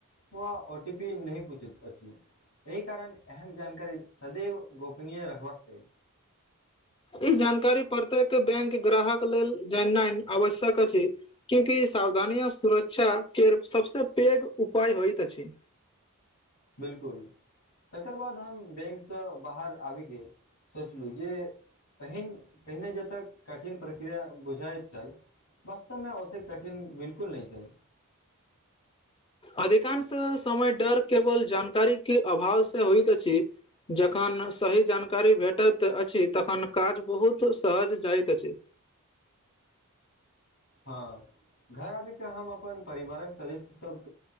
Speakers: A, on the left; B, on the left.
A: वा ओ टी पी नहि पूछैत अछि एहि कारण एहन जानकारी सदैव गोपनीय रखबाक चाही
B: ई जानकारी प्रत्येक बैंक ग्राहक लेल जाननाइ आवश्यक अछि क्यूकि सावधानीया सुरक्षा केर सबसे पैघ उपाय होइत अछि
A: बिलकुल तकर बाद हम बैंकसँ बाहर आबिके सोचलहुँ जे पहिन पहिने जत कठिन प्रक्रिया बुझाइत छल वास्तवमे ओते कठिन बिलकुल नहि छै
B: अधिकांश समय डर केवल जानकारी के अभाव से होइत छय जेखन सही जानकारी भेटैत अछि तखन काज बहुत सहज जाइत अछि
A: हँ घर आबि के हम अपन परिवारक सदस्य सब